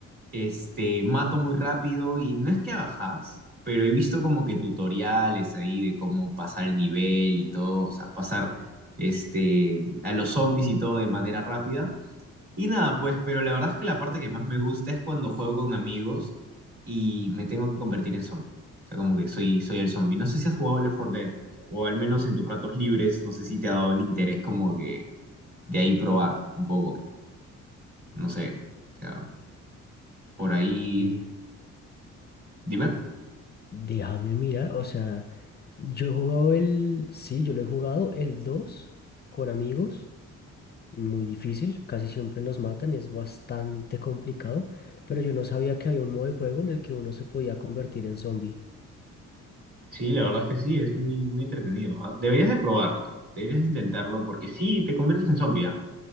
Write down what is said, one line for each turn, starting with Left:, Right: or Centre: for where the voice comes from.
Right: este, mato muy rápido y no es que haga hacks, pero he visto como que tutoriales ahí de cómo pasar el nivel y todo, o sea, pasar este, a los zombies y todo de manera rápida. Y nada, pues, pero la verdad es que la parte que más me gusta es cuando juego con amigos y me tengo que convertir en zombie. O sea, como que soy, soy el zombie. No sé si has jugado Left 4 Dead, o al menos en tus ratos libres, no sé si te ha dado el interés como que de ahí probar un poco, no sé. O sea, por ahí,
Left: De-
Right: dime.
Left: déjame mirar, o sea, yo he jugado el, sí, yo lo he jugado el 2 con amigos. Muy difícil, casi siempre nos matan, es bastante complicado, pero yo no sabía que había un modo de juego en el que uno se podía convertir en zombie.
Right: Sí, la verdad es que sí, es muy, muy entretenido, ¿ah? Deberías de probarlo, deberías de intentarlo, porque sí, te conviertes en zombie, ¿ah?